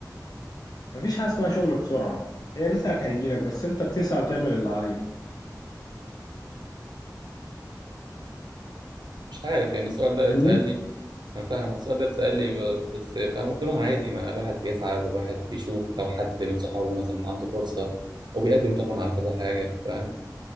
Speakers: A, on the left; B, on the right.
A: مفيش حاجة اسمها شغل بسرعة هي رزقك هيجيلك بس انت بتسعى وتعمل اللي عليك
B: مش عارف يعني السؤال ده
A: فاهمني
B: اتسأل لي انا فاهم السؤال ده اتسأل لي ب- بس فاهم قلت لهم عادي ما الواحد بيسعى والواحد بيشوف لو حد من صحابه مثلا عنده فرصة وبيقدم طبعا على كذا حاجة فاهم